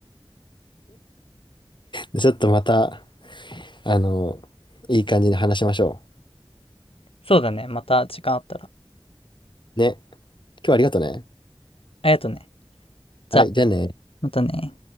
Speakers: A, on the left; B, on the left.
A: でちょっとまた、あの、いい感じに話しましょ
B: そうだね。また時間あったら。
A: う。ね。今日はありがとね。
B: ありがとうね。じゃあ、
A: はい、じゃあね。
B: またね。